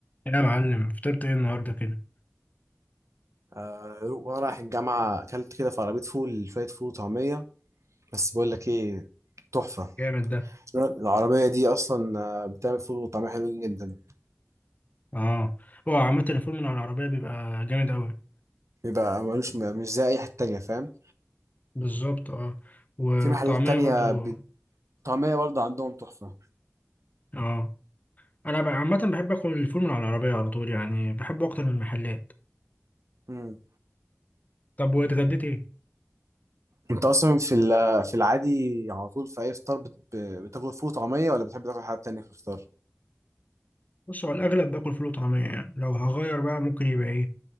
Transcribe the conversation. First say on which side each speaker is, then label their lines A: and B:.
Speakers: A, on the left (about 35°); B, on the right (about 80°).
A: يا معلم فطرت ايه النهارده كده
B: آه وانا رايح الجامعه اكلت كده في عربيه فول شويه فول وطعميه بس بقول لك ايه تحفه
A: جامد ده
B: العربيه دي اصلا آه، بتعمل فول وطعميه حلوين جدا
A: اه هو عامة الفول من على العربية بيبقى جامد أوي
B: بيبقى ملوش مش زي اي حته تانية فاهم
A: بالظبط اه والطعمية
B: في محلات تانية
A: برضو
B: بت- طعميه برضه عندهم تحفه
A: اه أنا بقى عامة بحب آكل الفول من على العربية على طول يعني بحبه أكتر من المحلات
B: مم.
A: طب واتغديت ايه؟
B: انت اصلا في ال- في العادي على طول في اي فطار بت- ب- بتاكل فول وطعميه ولا بتحب تاكل حاجه تانية في الفطار
A: بص هو الأغلب باكل فول وطعمية يعني لو هغير بقى ممكن يبقى ايه